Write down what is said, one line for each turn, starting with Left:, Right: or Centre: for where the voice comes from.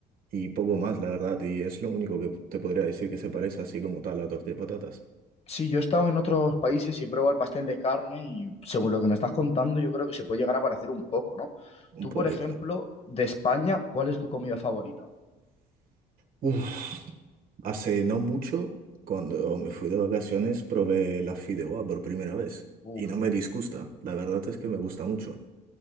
Right: y poco más, la verdad. Y es lo único que te podría decir que se parece así como tal a la tortilla de patatas.
Left: Sí, yo he estado en otros países y he probado el pastel de carne y según lo que me estás contando, yo creo que se puede llegar a parecer un poco, ¿no? Tú,
Right: Un poquito.
Left: por ejemplo, de España, ¿cuál es tu comida favorita?
Right: Uf. Hace no mucho, cuando me fui de vacaciones, probé la fideuá por primera vez.
Left: Uf,
Right: Y no me disgusta. La verdad es que me gusta mucho.